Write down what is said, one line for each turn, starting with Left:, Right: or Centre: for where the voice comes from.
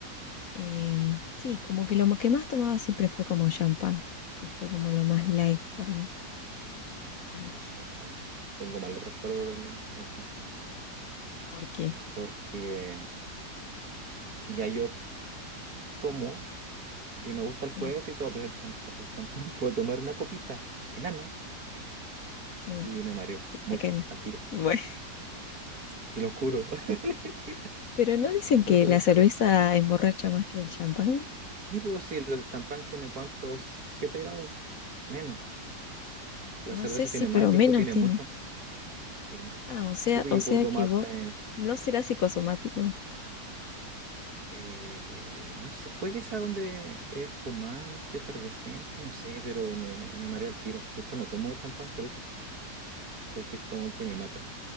Left: em, sí, como que lo mo- que más tomaba siempre fue como champán, que fue como lo más light para mí. Tranqui.
Right: El champán. Tengo malos recuerdos del, del champán.
Left: ¿Por qué?
Right: Porque ya yo tomo. Y me gusta
Left: Sí,
Right: el fuerte y todo, pero el champa- el champán <laughs> puedo tomar una copita enana
Left: sí,
Right: y me mareo mucho
Left: te cae mal.
Right: al tiro.
Left: Bueno,
Right: Te lo juro. <laughs>
Left: pero no dicen
Right: No
Left: que
Right: sé
Left: la
Right: por
Left: cerveza
Right: qué.
Left: emborracha más que el champán.
Right: Sí, pues si el el champán tiene cuántos, 7 grados menos. La
Left: No
Right: cerveza
Left: sé si,
Right: tiene
Left: pero
Right: más, el pisco
Left: menos
Right: tiene
Left: tiene.
Right: mucho más. Sí.
Left: Ah, o sea,
Right: Sí, pues
Left: o
Right: yo
Left: sea
Right: puedo tomarme,
Left: que vos no serás psicosomático.
Right: eh, no sé, puede que sea donde es espumante, efervescente, no sé, pero me, me marea al tiro. De hecho, no tomo champán por eso, porque es como que me mata,